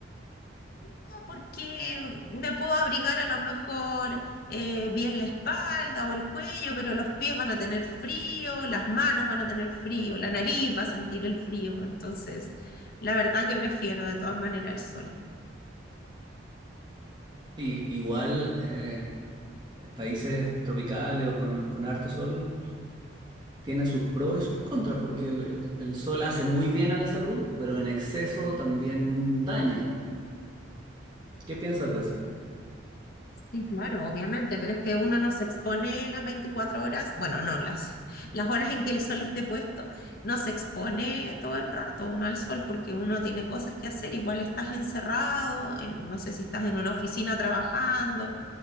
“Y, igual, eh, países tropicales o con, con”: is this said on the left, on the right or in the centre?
Right